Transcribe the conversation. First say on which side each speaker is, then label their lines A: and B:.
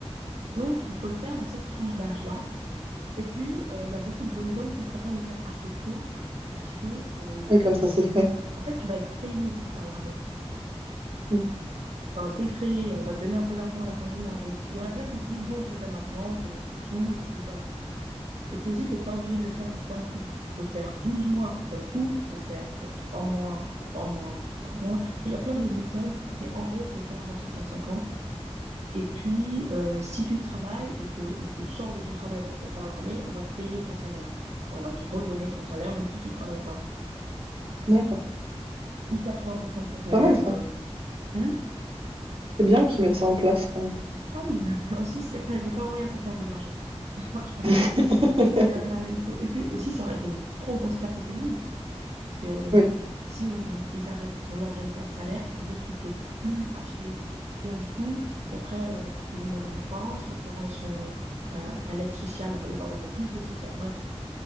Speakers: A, on the right; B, on the right.
A: Donc, il faut le faire dans cette tranche d'âge-là Et puis, euh, il y a beaucoup de jeunes hommes qui préfèrent le faire assez tôt parce que, euh,
B: Oui, comme ça, c'est fait.
A: enfin, en fait, tu vas être payé pour faire l'armée,
B: Mm.
A: enfin, défrayé, on va te donner un peu d'argent à la fin du mois. Donc, il y en a plein qui se disent, bon, je le fais maintenant, je gagne un peu de sous, et puis voilà. Et puis aussi, t'es pas obligé de le faire d'un coup. Tu peux faire 12 mois d'un coup, tu peux faire euh, 3 mois, 3 mois, 3 mois. Enfin, il y a plein de méthodes, mais en gros, faut le faire avant ses 35 ans. Et puis, euh, si tu travailles et qu'on te sort de ton travail pour te faire l'armée, on va te payer ton salaire. Enfin, on va te redonner ton salaire, même si tu travailles pas.
B: D'accord.
A: Ou 80% de ton salaire.
B: C'est pas mal, ça.
A: euh, hmm
B: C'est bien qu'ils mettent ça en place. hein.
A: ah oui, non, mais en Suisse, il n'y a pas, il y a pas moyen qu'on perde de l'argent. <laughs> Ça ne marche pas
B: <laughs>
A: comme ça. Donc, euh, il faut... Et puis aussi, ça aurait été une trop grosse perte économique. Parce que euh,
B: Oui,
A: si on, ils arrêtent, on leur donne pas de salaire, ça veut dire qu'ils peuvent plus acheter rien du tout. Donc après, euh, ils vont demander à leurs parents. Si leurs parents, ils sont euh, euh, à l'aide sociale, on va devoir donner plus d'aide sociale. Bref.